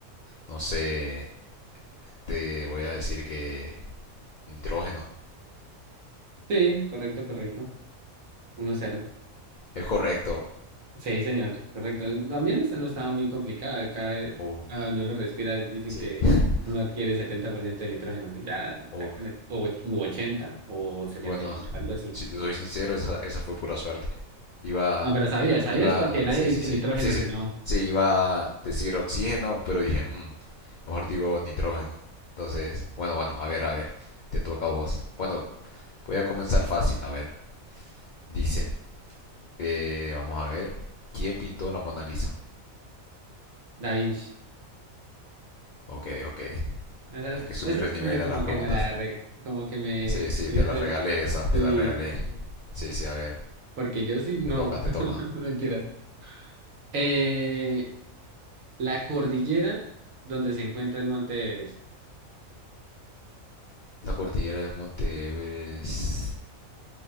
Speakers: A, on the left; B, on the right.
A: No sé, te voy a decir que nitrógeno.
B: Sí, correcto, correcto. uno cero
A: Es correcto.
B: Sí, señor, correcto. También esta no estaba muy complicada. Cada,
A: Uh,
B: cada cuando uno respira dicen
A: sí.
B: que
A: <laughs>
B: uno adquiere 70% de nitrógeno. Pues ya,
A: Oh,
B: ya con el, o, och- u 80 o 78,
A: bueno,
B: algo así.
A: si te soy sincero, esa, esa fue pura suerte. Iba,
B: No, pero sabías, sabías
A: iba,
B: porque nadie
A: sí,
B: dice
A: sí, sí,
B: nitrógeno,
A: sí, sí,
B: sino
A: sí, iba a decir oxígeno, pero dije, "Mm, mejor digo nitrógeno. Entonces, bueno, bueno, a ver, a ver, te toca a vos. Bueno, voy a comenzar fácil, a ver. Dice, eh, vamos a ver, ¿quién pintó la Mona Lisa?
B: Da Vinci.
A: Ok, ok,
B: Esa,
A: hay
B: es-
A: que subir
B: esa
A: el
B: sí
A: nivel
B: me como
A: a las preguntas.
B: que me la re- como que me
A: Sí, sí,
B: fuiste,
A: te la regalé esa, te
B: sí,
A: la regalé. Sí, sí, a ver,
B: porque yo sí no,
A: te toca, te
B: <laughs>
A: toca.
B: mentira Eh, la cordillera donde se encuentra el Monte Everest.
A: La cordillera del Monte Everest.